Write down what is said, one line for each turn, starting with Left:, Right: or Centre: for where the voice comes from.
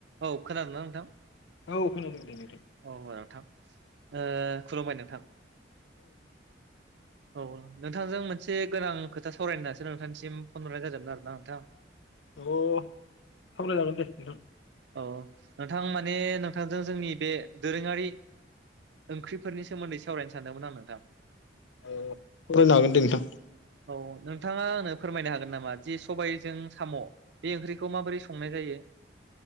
Right: औ खोनादों ना नोंथां?
Left: औ खोनादों दे नों
Right: औ नोंथां। ओ खुलुमबाय नोंथां। औ नोंथांजों मोन से गोनां खोथा सावरायनो होननासो नोंथांनिसिम फन हरनाय जादोंमोन आरो ना नोंथां।
Left: अ सावरायजागोन दे नोंथां।
Right: अ। नोंथां माने नोंथांजों जोंनि बे दोरोङारि ओंख्रिफोरनि सोमोन्दै सावरायनो सानदोंमोन आं नोंथां।
Left: औ सावरायनो हागोन दे नोंथां।
Right: औ नोंथाङा आंनो फोरमायनो हागोन नामा जे सबायजों साम' बे ओंख्रिखौ माबोरै संनाय जायो? <inaudible>